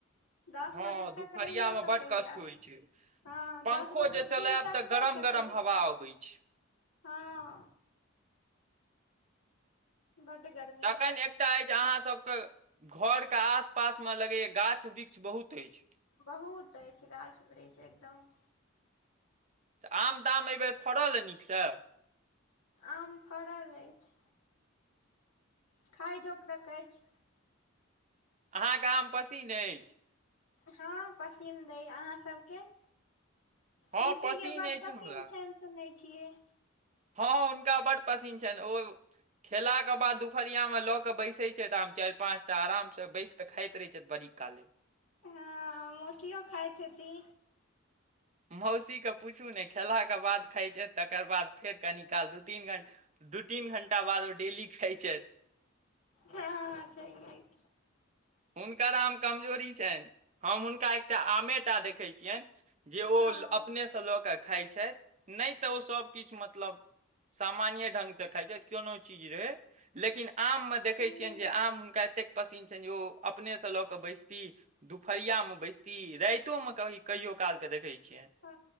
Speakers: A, on the left (about 90°); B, on the right (about 35°).
A: दस
B: हँ
A: बजे तक
B: दुपहरियामे
A: रहियो सकैये
B: बड्ड कष्ट होइ छै
A: हँ
B: पंखो
A: दस बजे
B: जे चलायब
A: दिन तक
B: तऽ
A: रहि
B: गरम
A: सकैये
B: गरम हवा अबै छै
A: हँ बड्ड गरमी
B: तखन एकटा अछि अहाँ सभके घर केँ आस पास मे लगैये गाछ वृक्ष बहुत अछि
A: बहुत अछि गाछ वृक्ष एकदम
B: तऽ आम ताम अयबेर फड़ल ए नीकसँ
A: आम फड़ल अछि खाइ जोकरक अछि।
B: अहाँके आम पसिन अछि
A: हँ पसिन्द अय अहाँ सभके
B: हँ
A: बुच्ची
B: पसिन
A: के बड्ड
B: अछि
A: पसिन्द
B: हमरा
A: छनि सुनै छियै
B: हँ हुनका बड्ड पसिन्न छनि ओ खेलाके बाद दुपहरियामे लऽ कऽ बैसै छैथ आम चारि पाँचटा आरामसँ बैस तऽ खाइत रहैत छथि बड़ी काले
A: हँ आ मौसीयो खाइत हेती
B: मौसीकेँ पूछू नय खेलाके बाद खाइ छैथ तकर बाद फेर कनि काल दू तीन घण्टा दू तीन घण्टा बाद ओ डेली खाइ छथि।
A: हँ छहिए की
B: हुनकर आम कमजोरी छनि हम हुनका एकटा आमेटा देखै छियनि जे
A: हँ
B: ओ अपनेसँ लऽ कऽ खाइ छथि। नय तऽ ओ सब किछु मतलब सामान्ये ढंग से खाइ छथि कोनो चीज रहै। लेकिन आममे देखै
A: हूँ
B: छियनि जे आम हुनका एतेक पसिन्न छनि जे ओ अपने से लऽ कऽ बैसती दुपहरियामे बैसती राइतोमे कह कहियो कालके देखै छियनि।
A: हँ